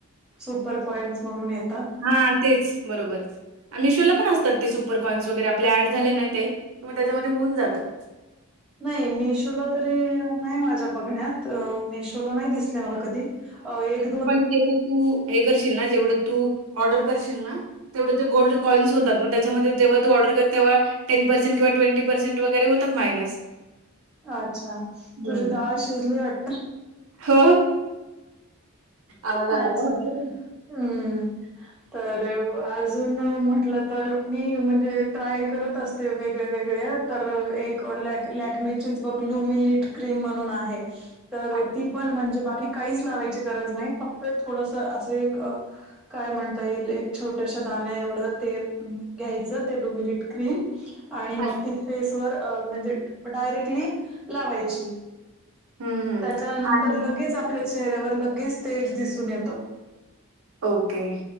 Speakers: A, in the centre; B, on the right.
A: सुपर कॉइन्स म्हणून येतात.
B: हा तेच. बरोबरच. मिशोला पण असतात ते सुपरकॉइन्स वगैरे आपले ॲड झाले नाही ते मग त्याच्यामध्ये होऊन जातं.
A: नाही मिशोला तरी नाही माझ्या बघण्यात मिशो नाही दिसले मला कधी एक दोन
B: <unintelligible> एवढं तू हे करशील ना, जेवढं तू ऑर्डर करशील ना, तेवढे ते गोल्ड कॉईनस होतात मग त्याच्यामध्ये जेव्हा तू ऑर्डर कर तेव्हा टेन पर्सेंट किंवा ट्वेंटी पर्सेंट वगैर होतात मायनस.
A: अच्छा
B: हं.
A: तुझी डाळ शिजली वाटते.
B: हो आवाज
A: अच्छा
B: आला ना होणार.
A: हम्म. तर अजून म्हटलं तर मी म्हणजे ट्राय करत असतो वेगळे वेगळे तर एक लॅकमेचीच बघ लूमट क्रीम म्हणून आहे तर
B: अच्छा,
A: ती पण म्हणजे बाकी काहीच लावायची गरज नाही फक्त थोडस असं एक काय म्हणता येईल एक छोट्याशा दाण्या एवढं ते घ्यायचं ते लुमिरीिट क्रीम आणि मग
B: अच्छा.
A: ती फेसवरर म्हणजे डायरेक्टली लावायची
B: हं, हं.
A: त्याच्यानंतर
B: आणि
A: लगेच आपल्या चेहऱ्यावर लगेच तेज दिसून येतं
B: ओके